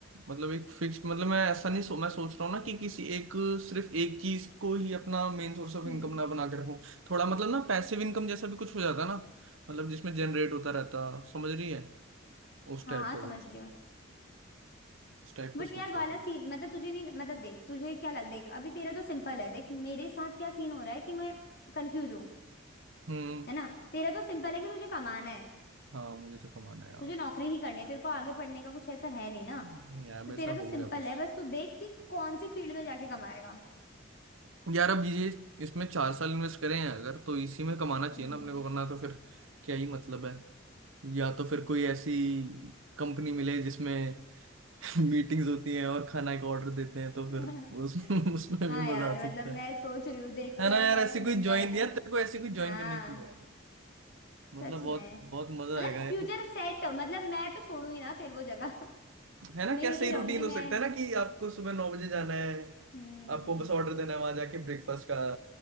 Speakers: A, on the right; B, on the left.
A: मतलब एक फिक्स्ड मतलब मैं ऐसा नहीं सो मैं सोच रहा हूँ ना कि किसी एक सिर्फ एक चीज को ही अपना मेन सोर्स ऑफ
B: हम्म
A: इनकम ना बना के रखूं थोड़ा मतलब ना पैसिव इनकम जैसा भी कुछ हो जाता ना मतलब जिसमें जनरेट होता रहता समझ रही है उस
B: हाँ
A: टाइप
B: हाँ,
A: का
B: समझ
A: कुछ
B: रही हूँ
A: उस टाइप
B: बट
A: का सोच
B: यार वाला
A: रहा था मैं।
B: सीन मतलब तुझे नहीं मतलब देख तुझे क्या लग देख अभी तेरा तो सिंपल है देख मेरे साथ क्या सीन हो रहा है कि मैं कंफ्यूज हूँ
A: हम्म
B: है ना तेरा तो सिंपल है कि तुझे कमाना है
A: हाँ मुझे तो कमाना है यार
B: तुझे नौकरी ही करनी है तेरे को आगे पढ़ने का कुछ ऐसा है नहीं ना
A: नहीं यार मेरे
B: तो तेरा
A: साथ
B: तो
A: हो
B: सिंपल
A: गया बस
B: है बस तू देख कि कौन सी फील्ड में जाके कमाएगा
A: यार अब ये इसमें चार साल इन्वेस्ट करें हैं अगर तो इसी में कमाना चाहिए
B: हम्म
A: ना अपने को वरना तो फिर क्या ही मतलब है या तो फिर कोई ऐसी कंपनी मिले जिसमें <laughs> मीटिंग्स होती हैं और खाना का ऑर्डर देते हैं तो
B: <laughs>
A: फिर उस <laughs> उसमें
B: हाँ
A: भी मजा
B: यार
A: आ सकता
B: मतलब मैं
A: है
B: सोच रही हूँ देखते
A: है
B: हैं
A: ना यार
B: हमें ऐसी
A: ऐसी
B: मिल
A: कोई ज्वाइन
B: जाए तो
A: यार तेरे को ऐसी कोई
B: हाँ
A: ज्वाइन करने की है मतलब
B: सच
A: बहुत
B: में
A: बहुत
B: मतलब
A: मजा आएगा
B: फ्यूचर
A: यार
B: सेट मतलब मैं तो छोड़ू ही ना फिर वो जगह <laughs>
A: है ना
B: मैं
A: क्या
B: यही
A: सही
B: रहूंगी
A: रूटीन
B: मैं
A: हो सकता है ना कि आपको सुबह नौ बजे जाना है
B: हम्म
A: आपको बस ऑर्डर देना है वहां जाके ब्रेकफास्ट का